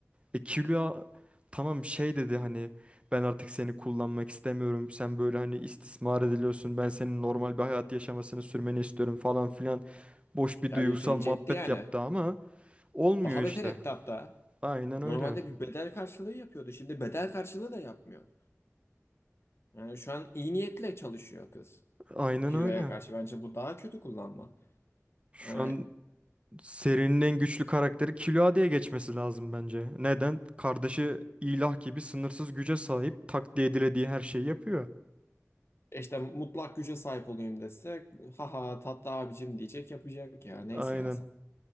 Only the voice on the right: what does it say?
E Killua tamam şey dedi hani ben artık seni kullanmak istemiyorum. Sen böyle hani istismar ediliyorsun. Ben senin normal bir hayat yaşamasını sürmeni istiyorum falan filan. Boş bir
duygusal
muhabbet
yaptı ama olmuyor
işte.
Aynen öyle.
Aynen
öyle.
Şu
an serinin en güçlü karakteri Killua geçmesi lazım bence. Neden? Kardeşi ilah gibi sınırsız güce sahip. Takdir edilediği her şeyi yapıyor.
Aynen.